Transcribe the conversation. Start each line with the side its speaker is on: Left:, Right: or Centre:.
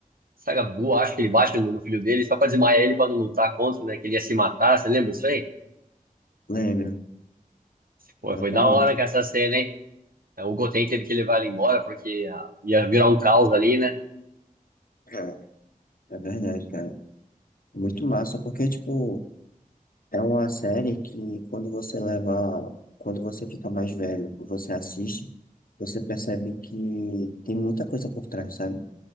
Right: Sagabu, acho que ele bate no, no filho dele só pra desmaiar ele pra não lutar contra, né? Que ele ia se matar, você lembra disso aí?
Left: Lembro,
Right: Pô,
Left: exatamente.
Right: foi da hora com essa cena, hein? É, O Goten teve que levar ele embora porque ah, ia virar um caos ali, né?
Left: É, é verdade, cara. Muito massa, porque, tipo, é uma série que quando você leva, quando você fica mais velho, você assiste, você percebe que tem muita coisa por trás, sabe?